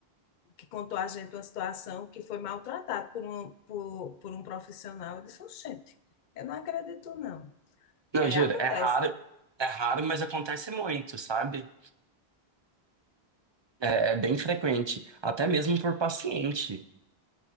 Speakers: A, on the left (about 55°); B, on the right (about 40°).
A: que contou a gente uma situação que foi maltratado por um, por, por um profissional. Eu disse, gente, eu não acredito, não.
B: Não,
A: É,
B: juro,
A: acontece.
B: é raro, é raro, mas acontece muito, sabe? É, é bem frequente, até mesmo por paciente.